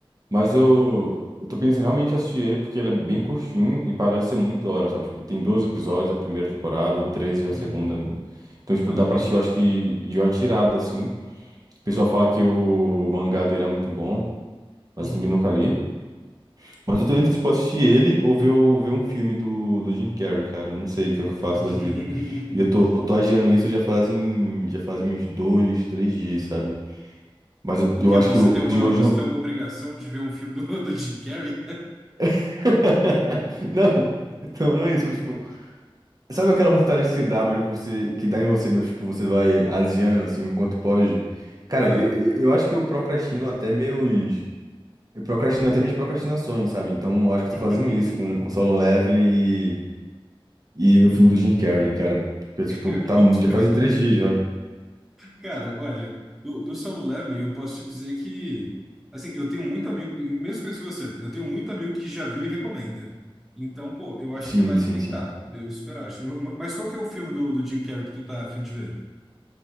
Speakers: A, on the right (about 40°); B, in the centre.
A: Mas eu, eu tô pensando realmente em assistir ele porque ele é bem curtinho e parece ser muito da hora, sabe? Tipo, tem 12 episódios a primeira temporada ou 13 a
B: Uhum.
A: segunda. Então, tipo,
B: Ah,
A: dá
B: ok.
A: pra assistir, eu acho que de uma tirada assim. O pessoal fala que o mangá dele é muito bom, mas
B: Uhum.
A: eu também nunca li. Mas eu tô entre, tipo, assistir ele ou ver, ou ver um filme do, do Jim Carrey, cara. Eu Não sei o que é que eu faço
B: <laughs>
A: da vida. E eu tô, eu tô adiando isso já fazem, já fazem uns dois, três dias, sabe? Mas eu,
B: O
A: eu
B: que
A: acho
B: Você
A: que eu,
B: tem uma,
A: de hoje
B: você
A: não.
B: tem uma obrigação de ver um filme do, do Jim Carrey?
A: <laughs> Não, não, não é isso, mas, tipo, sabe aquela vontade que você dá, mas você, que dá em você, mas, tipo, você vai asiando, assim, o quanto pode? Cara,
B: <laughs> Aham.
A: eu, eu acho que eu procrastino até meus. Eu procrastino até minhas procrastinações, sabe? Então, eu acho que eu
B: <laughs>
A: tô fazendo isso com, com Solo Leveling E o filme do Jim Carrey, cara. Porque,
B: Eu
A: tipo, tá,
B: boto
A: mu- já
B: fé.
A: fazem três dias já.
B: Cara, olha, do, do solo leveling eu posso te dizer que, assim, eu tenho muito amigo, mesma coisa que você, eu tenho muito amigo que já viu e recomenda. Então, pô, eu acho
A: Sim,
B: que vale
A: sim,
B: tentar,
A: sim.
B: eu esperar. Acho- Mas qual que é o filme do, do Jim Carrey que tu tá a fim de ver?